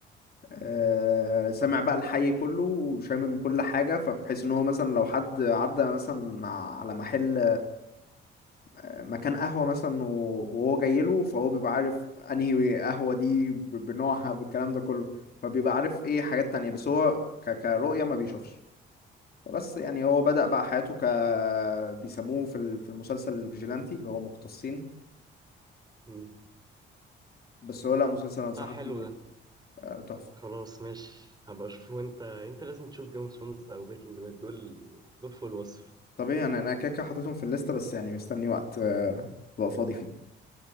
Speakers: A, on the left (about 50°); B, on the right (about 20°).
A: آه، سامع بقى الحي كله وشامم كل حاجة فبحيث إن هو مثلا لو حد عدى مثلا على محل مكان قهوة مثلا و- وهو جاي له فهو بيبقى عارف انهي قهوة دي ب- بنوعها بالكلام ده كله فبيبقى عارف ايه حاجات تانية بس هو ك... كرؤية ما بيشوفش فبس يعني هو بدأ
B: اوكي
A: بقى حياته ك بيسموه في ال- في المسلسل الفيجيلانتي اللي هو مقتصين
B: امم
A: بس هو لا مسلسل انصحك
B: لا حلو
A: بيه يعني
B: ده
A: آه، تحفة
B: خلاص ماشي هبقى اشوفه وانت انت لازم تشوف جيم اوف ثرونز او بريكنج باد دول دول فوق الوصف
A: طب ايه انا انا كده كده حاططهم في الليستة بس يعني مستني وقت آه، ابقى فاضي فيه